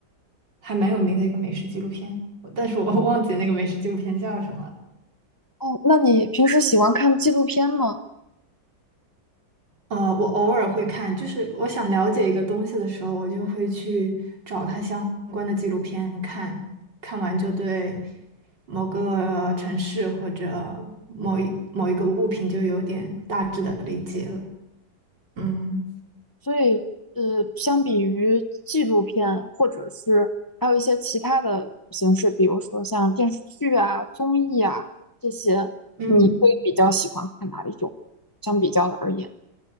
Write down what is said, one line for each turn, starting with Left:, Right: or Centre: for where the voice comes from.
Right: 还蛮有名的一个美食纪录片，我但是我 <laughs> 忘记那个美食纪录片叫什么了。
Left: 哦，那你平时喜欢看纪录片吗？
Right: 呃，我偶尔会看，就是我想了解一个东西的时候，我就会去找它相关的纪录片看，看完就对某个城市或者某一某一个物品就有点大致的理解了。嗯。
Left: 所以，呃，相比于纪录片，或者是还有一些其他的形式，比如说像电视剧啊、综艺啊这些，
Right: 嗯，
Left: 你会比较喜欢看哪一种？相比较的而言。